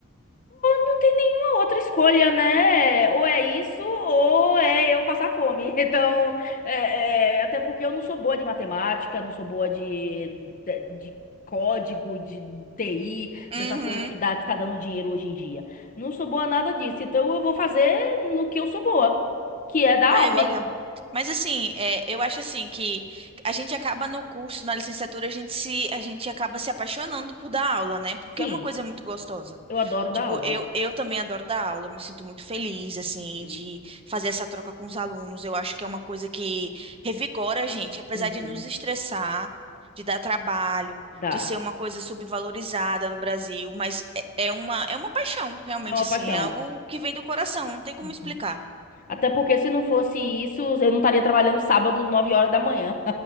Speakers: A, on the left; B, on the right.
A: Não tem nenhuma outra escolha, né? Ou é isso, ou é eu passar fome. <laughs> Então, é, é, até porque eu não sou boa de matemática, não sou boa de, de, de código, de TI,
B: Uhum.
A: dessas coisas que dá, que tá dando dinheiro hoje em dia. Não sou boa nada disso. Então, eu vou fazer no que eu sou boa, que é dar
B: Ai,
A: aula.
B: amiga, mas assim, é, eu acho assim que a gente acaba no curso, na licenciatura, a gente se, a gente acaba se apaixonando por dar aula, né? Porque
A: Sim,
B: é uma coisa muito gostosa.
A: eu adoro
B: Tipo,
A: dar aula.
B: eu, eu também adoro dar aula, eu me sinto muito feliz, assim,
A: Uhum.
B: de fazer essa troca com os alunos. Eu acho que é uma coisa que revigora a gente, apesar
A: Uhum.
B: de nos estressar, de dar trabalho,
A: Dá.
B: de ser uma coisa subvalorizada no Brasil, mas é, é uma, é uma paixão, realmente,
A: É uma
B: assim,
A: paixão.
B: é algo que vem do coração, não tem como
A: Uhum.
B: explicar.
A: Até porque se não fosse isso, eu não estaria trabalhando sábado, 9 horas da manhã.